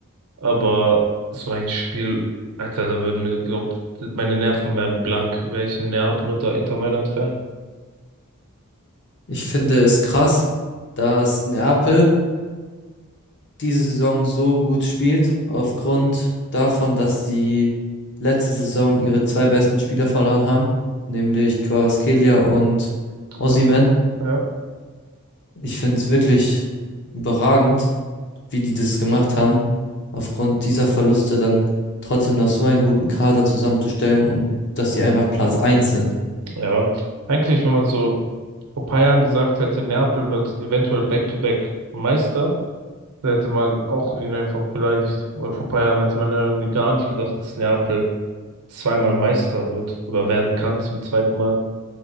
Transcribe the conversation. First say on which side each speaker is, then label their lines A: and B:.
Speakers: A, on the right; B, on the left.
A: Aber so ein Spiel, Alter, da würden mir, glaub, meine Nerven wären blank, wäre ich ein Neapel oder Inter Mailand-Fan.
B: ich finde es krass, dass Neapel diese Saison so gut spielt, aufgrund davon, dass sie letzte Saison ihre zwei besten Spieler verloren haben, nämlich Kvaratskhelia und Osimhen.
A: Was- Ja.
B: Ich finde es wirklich überragend, wie die das gemacht haben, aufgrund dieser Verluste dann trotzdem noch so einen guten Kader zusammenzustellen und dass sie einfach Platz eins sind.
A: Ja, eigentlich, wenn man so vor paar Jahren gesagt hätte, Neapel wird eventuell Back-to-Back Meister, da hätte man auch ihn einfach beleidigt. Weil vor paar Jahren hätte man ja irgendwie gar nicht gedacht, dass Neapel zweimal Meister wird oder werden kann zum zweiten Mal.